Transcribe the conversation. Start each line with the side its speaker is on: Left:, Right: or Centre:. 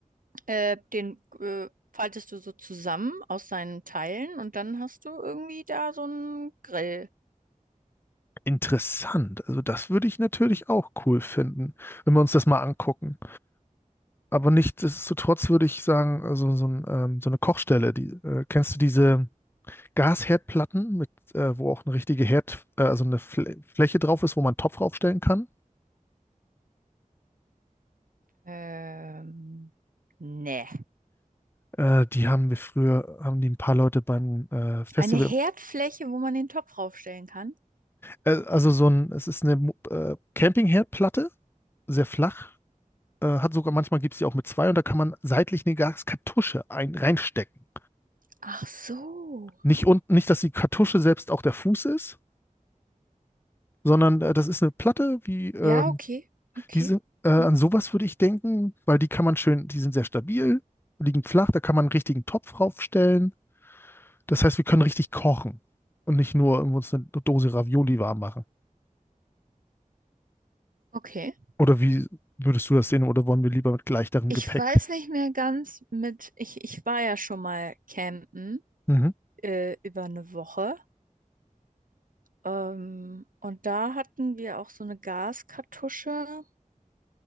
Right: Äh, den äh, faltest du so zusammen aus seinen Teilen und dann hast du irgendwie da so einen Grill.
Left: interessant. Also das würde ich natürlich auch cool finden, wenn wir uns das mal angucken. Aber nichtsdestotrotz würde ich sagen, also so, ein, ähm, so eine Kochstelle, die, äh, kennst du diese Gasherdplatten, mit, äh, wo auch eine richtige Herd, äh, also eine Fl Fläche drauf ist, wo man einen Topf draufstellen kann?
Right: Ähm, nee.
Left: Äh, die haben wir früher, haben die ein paar Leute beim äh, Festival.
Right: Eine Herdfläche, wo man den Topf draufstellen kann.
Left: Äh, also so ein, es ist eine Mo- äh, Campingherdplatte, sehr flach. Äh, hat sogar manchmal gibt es die auch mit zwei und da kann man seitlich eine Gaskartusche ein, reinstecken.
Right: Ach so.
Left: Nicht unten, nicht, dass die Kartusche selbst auch der Fuß ist, sondern äh, das ist eine Platte wie ähm,
Right: Ja, okay. Okay.
Left: Die äh, an
Right: Ja.
Left: sowas würde ich denken, weil die kann man schön, die sind sehr stabil, liegen flach, da kann man einen richtigen Topf raufstellen. Das heißt, wir können richtig kochen und nicht nur irgendwo uns eine Dose Ravioli warm machen.
Right: Okay.
Left: Oder wie würdest du das sehen? Oder wollen wir lieber mit leichterem
Right: Ich
Left: Gepäck?
Right: weiß nicht mehr ganz mit, ich, ich war ja schon mal campen
Left: Mhm.
Right: äh, über eine Woche. Ähm, und da hatten wir auch so eine Gaskartusche.